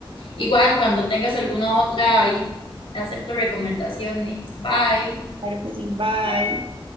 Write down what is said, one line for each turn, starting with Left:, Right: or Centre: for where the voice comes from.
Left: Igual, cuando tengas alguna otra ahí, acepto recomendaciones. Bye.
Right: Claro que sí, bye.